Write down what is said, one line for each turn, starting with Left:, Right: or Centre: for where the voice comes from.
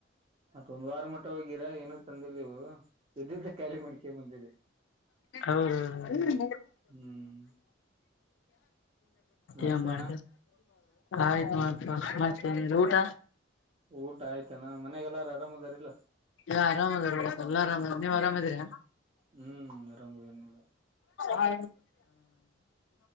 Right: ಮತ್ತೊಂದು ವಾರ ಮಟ್ಟ ಹಗಿರಾ ಏನ ತಂದವು ಇದ್ದ್ದ ಖಾಲಿ ಮಡಿಕೆ ಬಂದಿರಿ
Left: ಹೌದೌ
Right: ಹ್ಮ್ ಮತ್ತೇನ
Left: ಏನ್ ಮಾಡ ಆಯ್ತುತ ಮತ ಊಟ
Right: ಊಟ ಆಯ್ತನಾ ಮನೆಯಗೆಲ್ಲಾರು ಆರಾಮ್ದಾರಲ್ಲ
Left: ಹಾ ಆರಾಮ ಅದ ಎಲ್ಲಾ ಆರಾಮದ ನೀವ್ ಆರಾಮದ್ರಿ
Right: ಹ್ಮ್ ನರಾಮರಿ ನೋಡ
Left: ಹಾ